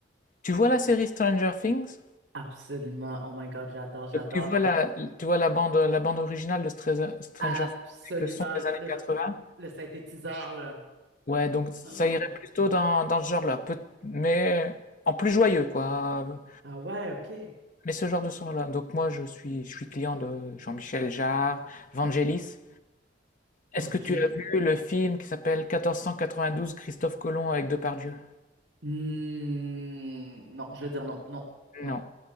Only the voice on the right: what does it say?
Absolument. Oh my God, j'adore, j'adore.
Absolument
le,
le synthétiseur, là. <gasps>
Oh.
Ah ouais, OK.
OK.
Hmm, non, je veux dire non, non, non,